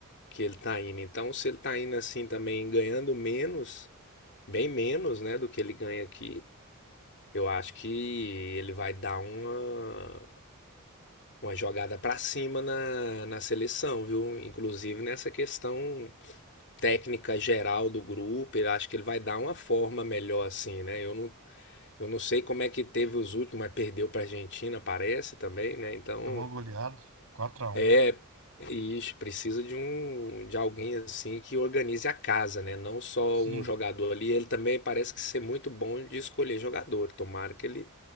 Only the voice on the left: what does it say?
que ele está indo. Então, se ele está indo assim também, ganhando menos, bem menos, né, do que ele ganha aqui, eu acho que ele vai dar uma, uma jogada para cima na, na seleção, viu? Inclusive nessa questão técnica geral do grupo, eu acho que ele vai dar uma forma melhor assim, né? Eu não, eu não sei como é que teve os últimos, mas perdeu pra Argentina, parece também, né? Então,
É, isso, precisa de um de alguém assim que organize a casa, né? Não só
um jogador ali. Ele também parece que ser muito bom de escolher jogador. Tomara que ele